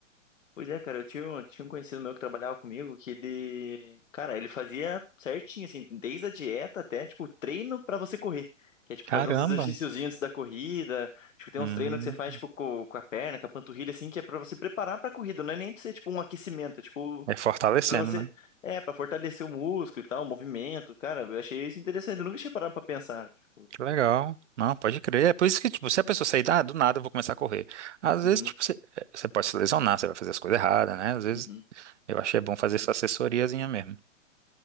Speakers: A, on the left; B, on the right.
A: Pois é, cara, eu tinha, um- tinha um conhecido meu que trabalhava comigo que ele. Cara, ele fazia certinho, assim, desde a dieta até, tipo, treino pra você correr. Que é, tipo,
B: caramba,
A: fazer uns exercíciozinhos antes da corrida. Tipo, tem
B: hum,
A: uns treinos que você faz, tipo, co- com, a perna, com a panturrilha, assim, que é pra você preparar pra corrida. Não é nem pra ser, tipo, um aquecimento. É, tipo,
B: é fortalecendo,
A: pra você.
B: né?
A: É, pra fortalecer o músculo e tal, o movimento. Cara, eu achei isso interessante. Eu nunca tinha parado pra pensar. Tipo,
B: Que legal. Não, pode crer. É por isso que, tipo, se a pessoa sair, ah, do nada eu vou começar a correr. Às vezes,
A: uhum,
B: tipo, você, eh, você pode se lesionar, você vai fazer as coisas erradas, né? Às vezes,
A: uhum.
B: eu achei bom fazer essa assessoriazinha mesmo.